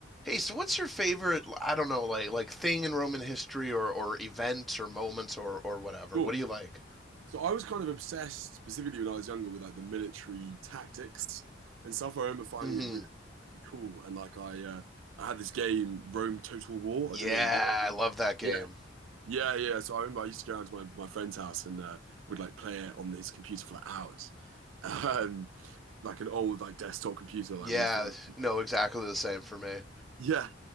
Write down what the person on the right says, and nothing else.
Sure.
So I was kind of obsessed, specifically when I was younger, with like the military tactics and stuff. I remember finding
it really cool, and like I, uh, I had this game, Rome Total War.
I don't know if you heard.
Of
it.
Yeah, yeah, yeah. So I remember I used to go around to my, my friend's house and uh, would like play it on his computer for like hours, <laughs> um, like an old like desktop computer,
like when his family.
Yeah.